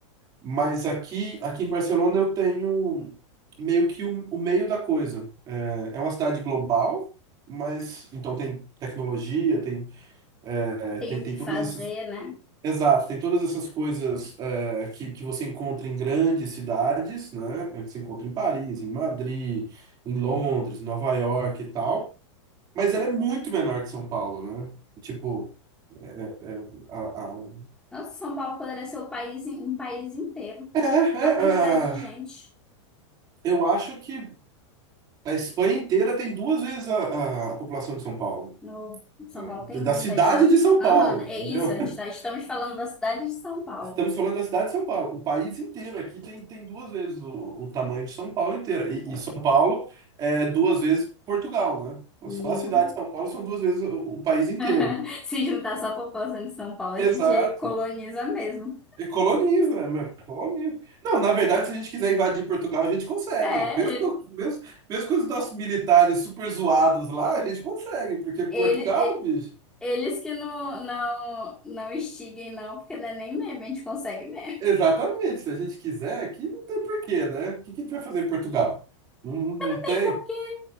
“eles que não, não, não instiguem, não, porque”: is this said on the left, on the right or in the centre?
Centre